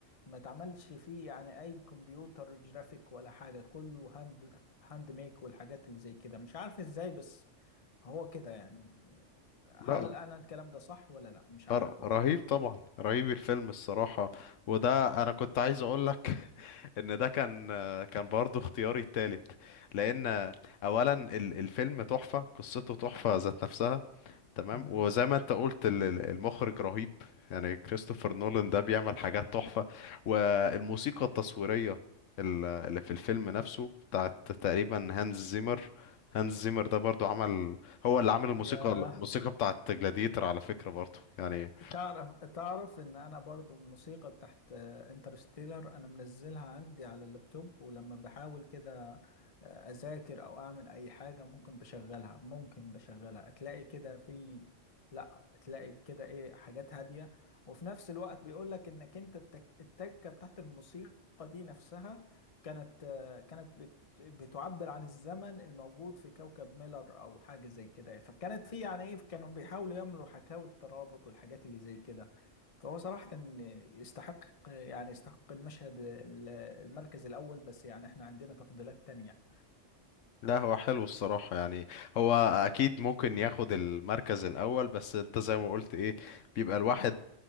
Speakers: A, on the left; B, on the left.
A: ما اتعملش فيه يعني اي كمبيوتر جرافيك ولا حاجه كله هاند هاند ميك والحاجات اللي زي كده مش عارف ازاي بس هو كده يعني هل
B: لا
A: انا الكلام ده صح ولا لا مش عارف
B: آه، ر-
A: بقى
B: رهيب طبعا رهيب الفيلم الصراحة وده انا كنت عايز اقول لك <laughs> ان ده كان كان برضو اختياري التالت لان اولا ال- الفيلم تحفة قصته تحفة ذات نفسها تمام
A: امم
B: وزي ما انت قلت ال- ال- المخرج رهيب يعني كريستوفر نولان ده بيعمل حاجات تحفة والموسيقى التصويرية ال- اللي في الفيلم نفسه بتاعت تقريبا هانز زيمر هانز زيمر ده برضو عمل هو اللي عامل الموسيقى
A: ياه
B: الموسيقى بتاعت جلاديتر على فكرة برضو يعني
A: تعرف تعرف ان انا برضو الموسيقى بتاعت انترستيلر انا منزلها عندي على اللابتوب ولما بحاول كده آه، اذاكر او اعمل اي حاجة ممكن بشغلها ممكن بشغلها تلاقي كده في لا تلاقي كده ايه حاجات هادية وفي نفس الوقت بيقول لك انك انت التك... التكة بتاعت الموسيقى دي نفسها كانت آه، كانت بتعبر عن الزمن الموجود في كوكب ميلر او حاجه زي كده فكانت في يعني ايه كانوا بيحاولوا يعملوا حكاوي الترابط والحاجات اللي زي كده فهو صراحه إن يستحق يعني يستحق المشهد ال- المركز الاول بس يعني احنا عندنا تفضيلات تانية
B: لا هو حلو الصراحة يعني هو أكيد ممكن ياخد المركز الأول بس أنت زي ما قلت إيه بيبقى الواحد